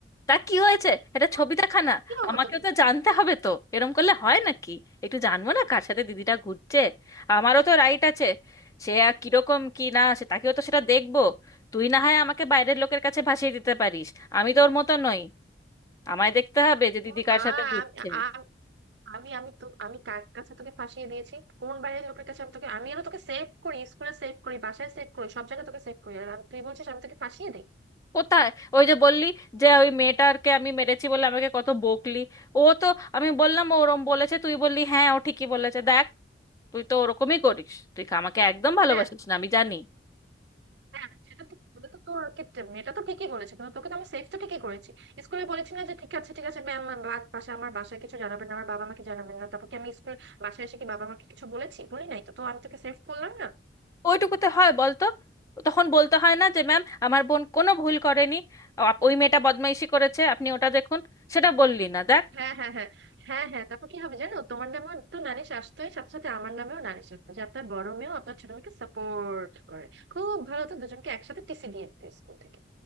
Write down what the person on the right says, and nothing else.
কি
কি হবো
তোকে
ও
মা
আমি আ- আমি আমি তো আমি কার কাছে তোকে ফাঁসিয়ে দিয়েছি কোন বাইরের লোকের কাছে আমি তোকে আমি আরো তোকে সেভ করি স্কুলে সেভ করি বাসায় সেভ করি সব জায়গায় তোকে সেভ করি আর তুই বলছিস আমি তোকে ফাঁসিয়ে দিই
হ্যাঁ
হ্যাঁ সেটা তো সেটা তো তোর ক্ষেত্রে মেয়েটা তো ঠিকই বলেছে কিন্তু তোকে তো আমি সেফ তো ঠিকই করেছি স্কুলে বলেছি না যে ঠিক আছে ঠিক আছে ম্যাম বাসা আমার বাসায় কিছু জানাবেন না আমার বাবা মাকে জানাবেন না তারপর কি আমি স্কুল বাসায় এসে কি বাবা মাকে কিছু বলেছি বলি নাই তো তো আমি তোকে সেফ বললাম না
হ্যাঁ হ্যাঁ হ্যাঁ হ্যাঁ হ্যাঁ তারপর কি হবে জানো তোমার নামেও তো নালিশ আসতোই সাথে সাথে আমার নামেও নালিশ আসতো যে আপনার বড় মেয়েও আপনার ছোট মেয়েকে সাপোর্ট করে খুব ভালো তো দুজনকে একসাথে টিসি দিয়ে দিত স্কুল থেকে